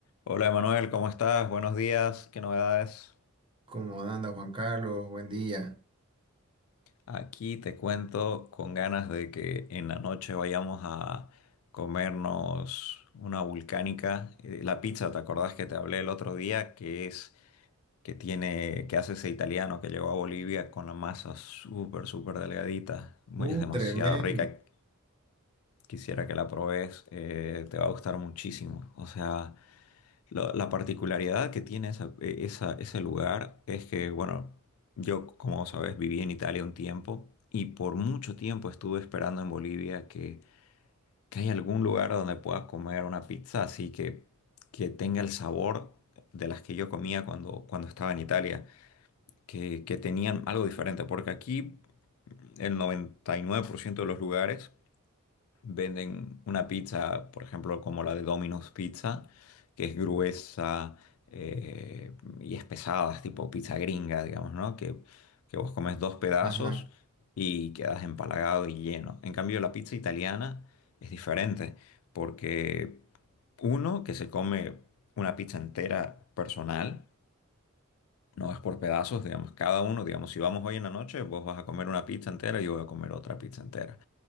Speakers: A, on the left; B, on the right.
A: Hola Emanuel, ¿cómo estás? Buenos días, ¿qué novedades?
B: ¿Cómo anda Juan Carlos? Buen día.
A: Aquí te cuento con ganas de que en la noche vayamos a comernos una vulcánica. Eh, La pizza, ¿te acordás que te hablé el otro día? Que es, que tiene, que hace ese italiano que llegó a Bolivia con la masa súper, súper delgadita. Muy-
B: Uh,
A: es demasiado
B: tremenda.
A: rica. Quisiera que la probes, eh, te va a gustar muchísimo. O sea. La, la particularidad que tiene esa- e- esa- ese lugar es que, bueno, yo, como sabes, viví en Italia un tiempo y por mucho tiempo estuve esperando en Bolivia que, que haya algún lugar donde pueda comer una pizza así que, que tenga el sabor de las que yo comía cuando, cuando estaba en Italia, que, que tenían algo diferente, porque aquí el 99% de los lugares venden una pizza, por ejemplo, como la de Domino's Pizza, que es gruesa eh, y es pesada, es tipo pizza gringa, digamos, ¿no? Que, que vos comes dos pedazos
B: Ajá.
A: y quedas empalagado y lleno. En cambio, la pizza italiana es diferente, porque uno que se come una pizza entera personal, no es por pedazos, digamos, cada uno, digamos, si vamos hoy en la noche, vos vas a comer una pizza entera y yo voy a comer otra pizza entera.